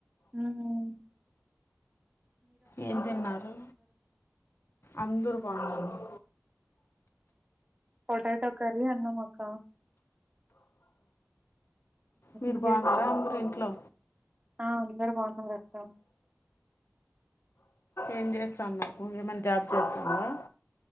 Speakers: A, on the right (about 25°); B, on the left (about 70°).
A: హ్మ్
B: ఏం తిన్నారు అందరు బాగున్నారా
A: పొటాటో కర్రీ తిన్నాం అక్క
B: మీరు
A: అకదం
B: బాగున్నారా
A: చె
B: అందరూ ఇంట్లో
A: ఆ అందరు బాగున్నారు అక్క
B: ఏం చేస్తన్నావు ఏమైనా జాబ్ చేస్తన్నావా